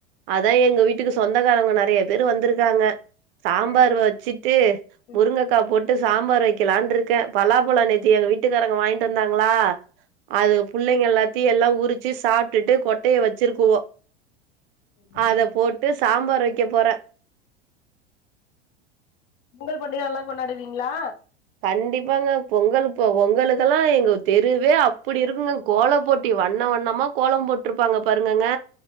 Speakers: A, on the right; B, on the left.
A: அதா எங்க வீட்டுக்கு சொந்தக்காரவ்ங்க நறைய பேரு வந்திருக்காங்க சாம்பாரு
B: சேரி சேரி
A: வச்சுட்டு
B: ம்
A: முருங்க க்கா போட்டு சாம்பார் வைக்கலான்ட்ருக்க பலாபழோ நேத்தி எங்க வீட்டுக்காரங்க வாய்ன்ட்டு வந்தாங்ளா அது புள்ளைங்க எல்லாத்தையு எல்லா உரிச்சு சாப்டுட்டு கொட்டைய வச்சிருக்குவோ
B: ம்
A: அத போட்டு சாம்பார் வைக்க போற
B: பொங்கல் பண்டிக நல்லா கொண்டாடுவீங்ளா
A: கண்டிப்பாங்க பொங்கலு பொ பொங்கலுக்கெல்லா எங்க தெருவே அப்புடி இருக்குங்க கோல போட்டி வண்ண வண்ணமா கோலோ போட்ருப்பாங்க பாருங்கங்க